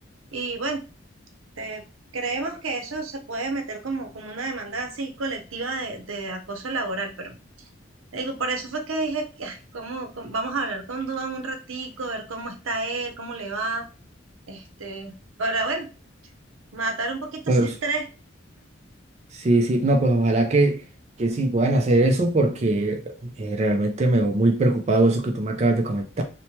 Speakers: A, on the right; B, on the right.
A: y bueno. Este, creemos que eso se puede meter como, como una demanda así colectiva de, de acoso laboral, pero te digo, por eso fue que dije, <laughs> como vamos a hablar con Duan un ratico, ver cómo está él, cómo le va, este, para, bueno, matar un poquito
B: Pues
A: ese estrés.
B: Sí, sí, no, pues ojalá que, que sí puedan hacer eso porque eh, realmente me veo muy preocupado eso que tú me acabas de comentar.